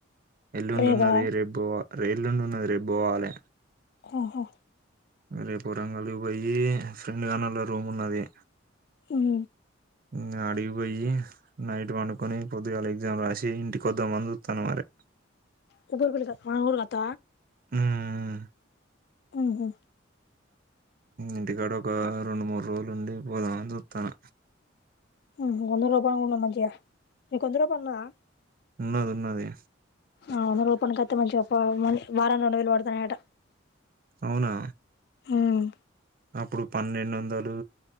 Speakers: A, on the right (about 45°); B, on the left (about 50°).
A: ఎల్లుండున్నది
B: రేపా
A: రేపు బోవా రైలు నుండి ఉన్నది రేపు పోవాలి
B: ఓహో
A: రేపు రంగలి పోయి ఫ్రెండ్ గానేళ రూమ్ ఉన్నది.
B: హిం
A: ఉం అడిగిపోయి నైట్ వడుకొని పొద్దుగాలే ఎగ్జామ్ రాసి ఇంటికొద్దమని చూత్తాన మరి.
B: ఇప్పుడు అయిపోయింది క గోంగూర కట్ట
A: ఊమ్మ్
B: ఊహుం
A: ఇంటికాడ ఒక రెండు మూడు రోజులుండి పోదామని చూత్తన్న.
B: హుం వంద రూపాయలు ఉన్నాయ్ మంచిగా ఒక వంద రూపాయలు ఉన్నాయా.
A: ఉన్నది ఉన్నది
B: ఆ ఆరోపణ కరెక్టే మంచిగా <unintelligible> మనిష్ వారానికి రెండు వేలు పడుతున్నాయట.
A: అవునా
B: ఊమ్
A: అప్పుడు పన్నెండు వందలు